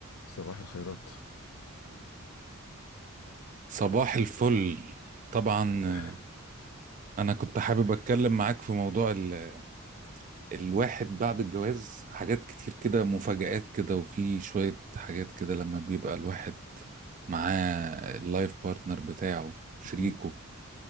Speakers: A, on the left (about 80°); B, on the right (about 35°).
A: صباح الخيرات
B: صباح الفل طبعا آه،
A: آه،
B: انا كنت حابب اتكلم معاك في موضوع ال... الواحد بعد الجواز حاجات كتير كده مفاجآت كده وفي شوية حاجات كده لما بيبقى الواحد معاه اللايف بارتنر بتاعه شريكه
A: انت